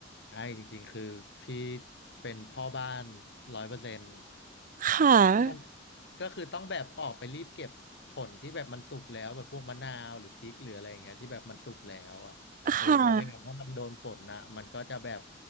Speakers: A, on the left (about 65°); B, on the right (about 45°).
A: ใช่จริงๆคือพี่เป็นพ่อบ้านร้อยเปอร์เซ็นต์
B: ค่ะ
A: มันก็คือต้องแบบออกไปรีบเก็บผลที่แบบมันสุกแล้วแบบพวกมะนาวหรือพริกหรืออะไรอย่างเงี้ยที่แบบมันสุกแล้วอ่ะเออเพอไม่งั้นถ้ามันโดนฝนนะมันก็จะแบบ
B: ค่ะ